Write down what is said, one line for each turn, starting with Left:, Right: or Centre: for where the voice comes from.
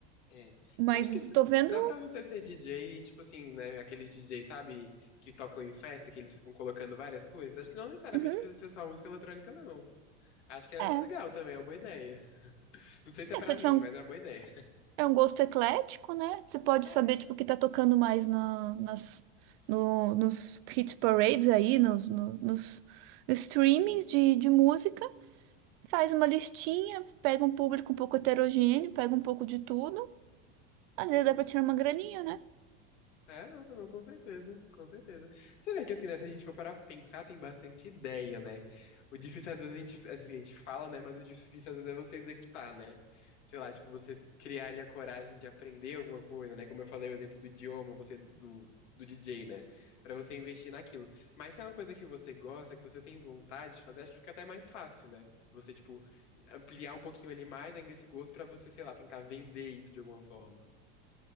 Left: é.
Right: Mas
Left: Eu acho que
Right: tô vendo.
Left: dá pra você ser DJ, tipo assim, né? Aqueles DJs, sabe? Que tocam em festa, que eles ficam colocando várias coisas. Acho que não necessariamente
Right: Uhum,
Left: precisa ser só música eletrônica, não. Acho que é
Right: é.
Left: legal também, é uma boa ideia. Não sei se é
Right: É,
Left: pra
Right: você tiver
Left: mim,
Right: um,
Left: mas é uma boa ideia.
Right: é um gosto eclético, né? Você pode
Left: <laughs>
Right: saber, tipo, o que tá tocando mais na, nas, no, nos hit parades aí, nos, no- nos, nos streamings de, de música. Faz uma listinha, pega um público um pouco heterogêneo, pega um pouco de tudo. Às vezes
Left: É,
Right: dá
Left: é.
Right: pra tirar uma graninha, né?
Left: É, nossa, não, com certeza, com certeza. Você vê que assim, né, se a gente for parar pra pensar, tem bastante ideia, né? O difícil às vezes a gente, assim, a gente fala, né, mas o difícil às vezes é você executar, né? Sei lá, tipo, você criar ali a coragem de aprender alguma coisa, né? Como eu falei, o exemplo do idioma, você do, do DJ, né? Pra você investir naquilo. Mas se é uma coisa que você gosta, que você tem vontade de fazer, acho que fica até mais fácil, né? Você, tipo, ampliar um pouquinho ali mais ainda esse gosto pra você, sei lá, tentar vender isso de alguma forma.